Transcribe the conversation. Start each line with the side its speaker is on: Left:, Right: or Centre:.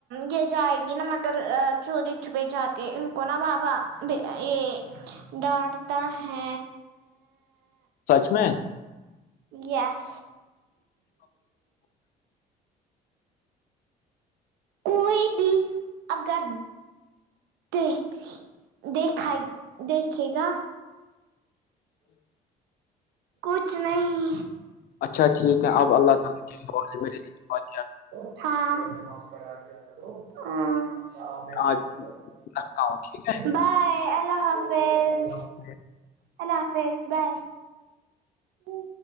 Right: یہ جائے نا مگر چوری چھ پہ جاتے ان کو نا بابا یہ ڈانٹتا ہے
Left: سچ میں
Right: یس کوئی بھی اگر دیک دیکھا دیکھے گا کچھ نہیں
Left: اچھا ٹھیک ہے آپ اللہ تعالی
Right: ہاں ہاں
Left: آج رکھتا ہوں ٹھیک
Right: بائے اللہ حافظ
Left: ہے
Right: ہیلہ فیز بگ ہ